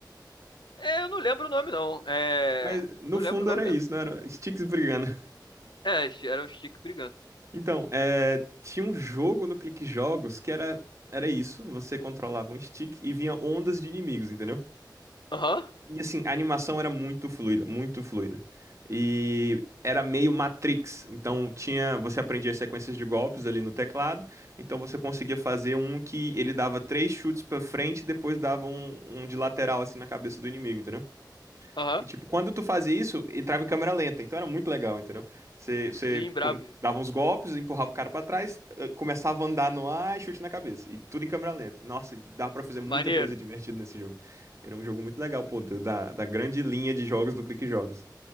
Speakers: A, on the left; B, on the right.
A: É, eu não lembro o nome, não. É.
B: Mas no
A: Não
B: fundo
A: lembro o nome
B: era
A: mesmo.
B: isso, não era sticks brigando. <laughs>
A: É, era um Chico brigando.
B: Então, é, tinha um jogo no Clique Jogos que era, era isso, você controlava um stick e vinha ondas de inimigos, entendeu?
A: Aham,
B: E assim, a animação era muito fluida, muito fluida. E era meio Matrix, então tinha, você aprendia as sequências de golpes ali no teclado, então você conseguia fazer um que ele dava três chutes pra frente e depois dava um, um de lateral assim na cabeça do inimigo, entendeu?
A: aham.
B: E, tipo, quando tu fazia isso, entrava em câmera lenta. Então era muito legal, entendeu? Você, você
A: Sim, brabo.
B: com- dava uns golpes, empurrava o cara pra trás, eh, começava a andar no ar e chute na cabeça. E tudo em câmera lenta. Nossa, e dava pra fazer muita
A: Maneiro.
B: coisa divertida nesse jogo. Era um jogo muito legal, pô, da, da da grande linha de jogos do Clique Jogos.